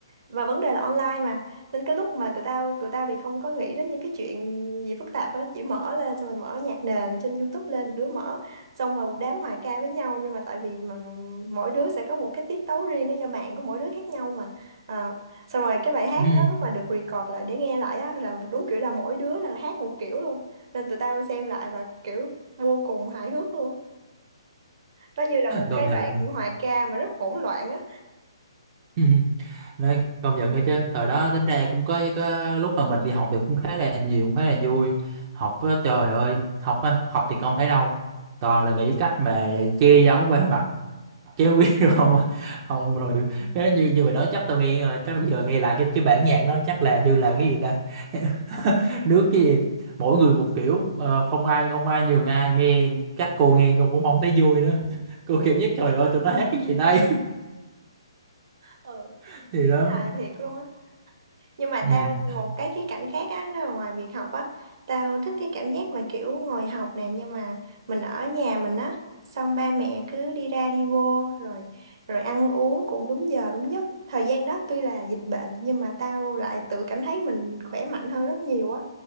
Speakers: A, on the right; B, on the right.
A: và vấn đề là online mà nên cái lúc mà tụi tao tụi tao thì không có nghĩ đến những cái chuyện gì phức tạp đó chỉ mở lên xong rồi mở nhạc nền trên YouTube lên đứa mở xong rồi một đám hòa ca với nhau nhưng mà tại vì mà mỗi đứa sẽ có một cái tiết tấu riêng á do mạng của mỗi đứa khác nhau mà Ờ, xong rồi cái bài hát
B: ừ.
A: nó lúc mà được record lại để nghe lại á là đúng kiểu là mỗi đứa là hát một kiểu luôn nên tụi tao xem lại và kiểu vô cùng hài hước luôn nó như là một
B: công
A: cái
B: nhận
A: đoạn hòa ca mà rất hỗn loạn á
B: <laughs> nói công nhận đó chứ thời đó tính ra cũng có có lúc mà mình đi học thì cũng khá là nhiều cũng khá là vui học á, trời ơi học á, học thì không thấy đâu toàn là nghĩ cách mà che giấu qua <laughs> mặt chế quý rồi <laughs> không à. không rồi cái như như mày nói chắc tao nghe rồi chắc giờ nghe lại cái cái bản nhạc đó chắc là như là cái gì ta <laughs> nước cái gì mỗi người một kiểu ờ, không ai không ai nhường ai nghe chắc cô nghe cô cũng không thấy vui nữa <laughs> cô cảm nhất trời ơi tụi nó hát cái gì đây
A: ừ
B: <laughs> thì đó
A: hài thiệt luôn á nhưng mà
B: ừ.
A: tao một cái khía cạnh khác á nó là ngoài việc học á tao thích cái cảm giác mà kiểu ngồi học nè nhưng mà mình ở nhà mình á xong ba mẹ cứ đi ra đi vô rồi rồi ăn uống cũng đúng giờ đúng giấc thời gian đó tuy là dịch bệnh nhưng mà tao lại tự cảm thấy mình khỏe mạnh hơn rất nhiều á